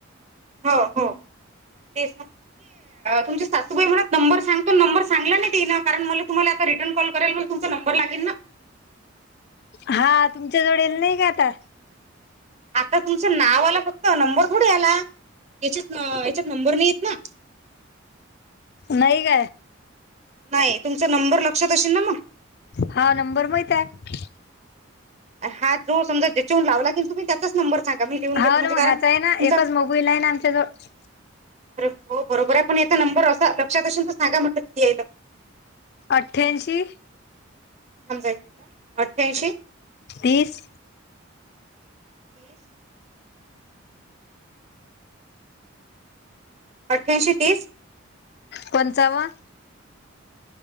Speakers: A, on the right; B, on the left.
A: हो हो ते. तुम सासूबाई म्हला नंबर सांगतो, नंबर सांग ना तिनंण मला तुम्हाला आता रिटर्न कॉ करायला तुमंच नंबर लागेल ना.
B: हा तुमच्या जवळ येल नाही का आता.
A: आता तुमचं नाव आला फक्त नंबर थोडे आला याच्यात याच्यात नंबर नाहीेत ना.
B: नाही ग
A: नाही तुमचा नंबर लक्षात असशेल ना मग
B: हा नंबर माहित आहे.
A: हा जो समजा ज्याच्याून लावला की तु्ी त्याचाच नंबर. सांगा मी लिहून
B: हा
A: घेतो म्हणजे
B: ना मग
A: कारण
B: हाचा
A: तुमचा
B: आहे ना एकच मोबाईल आहे ना आमच्या जवळ.
A: अर हो बरोबर आहे पण याचा नंबर असा लक्षात असूनल तर सांगा म्हटलं किती आहे.
B: अठ्ठ्याऐंशी,
A: समजा एक म्हणट अठ्ठ्याऐंशी.
B: तीस.
A: तेस. अठ्ठ्याऐंशी तीस.
B: पंचवन.